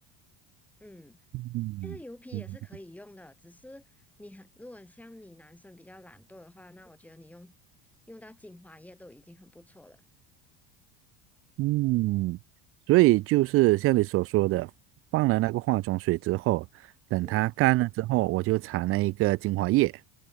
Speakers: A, in the centre; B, on the right.
A: 嗯，
B: 嗯嗯
A: 其实油皮也是可以用的，只是你很如果像你男生比较懒惰的话，那我觉得你用用到精华液都已经很不错了。
B: 嗯，所以就是像你所说的，放了那个化妆水之后，等它干了之后，
A: 嗯。
B: 我就擦那一个精华液。